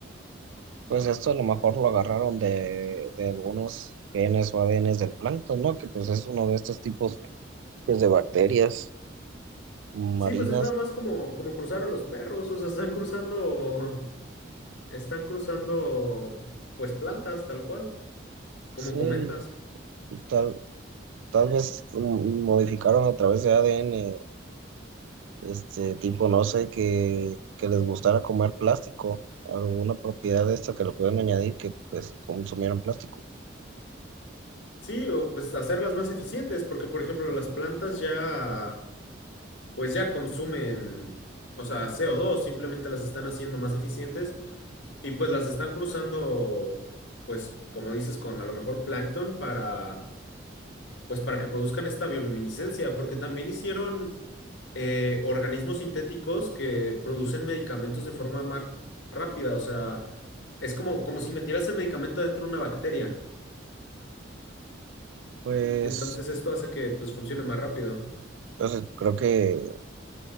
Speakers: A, on the right; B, on the left.
A: pues esto a lo mejor lo agarraron de, de algunos genes o ADNs del plancton, ¿no? Que pues es uno de estos tipos pues, de bacterias marinas.
B: Sí, pues es nada más como, como cruzar a los perros, o sea, están cruzando, están cruzando, pues plantas, tal cual, como
A: Sí,
B: comentas.
A: y tal, tal vez mm, modificaron a través de ADN, este tipo, no sé, que, que les gustara comer plástico, alguna propiedad de esta que lo pueden añadir que pues consumieran plástico.
B: Sí, o pues hacerlas más eficientes, porque por ejemplo las plantas ya, pues ya consumen, o sea, co dos. simplemente las están haciendo más eficientes y pues las están cruzando, pues como dices, con a lo mejor plancton para, pues para que produzcan esta bioluminiscencia, porque también hicieron eh, organismos sintéticos que producen medicamentos de forma más rápida, o sea, es como, como si metieras el medicamento dentro de una bacteria,
A: Pues
B: entonces esto hace que pues funcione más rápido.
A: entonces creo que